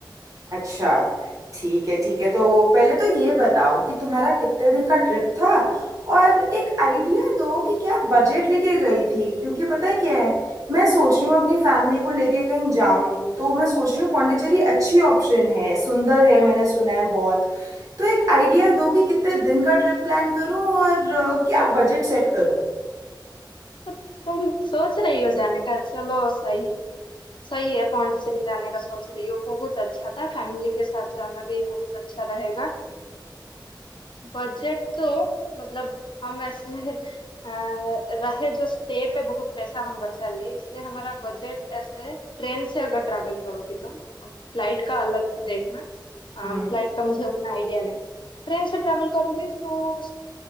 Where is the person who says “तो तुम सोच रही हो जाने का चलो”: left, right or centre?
Left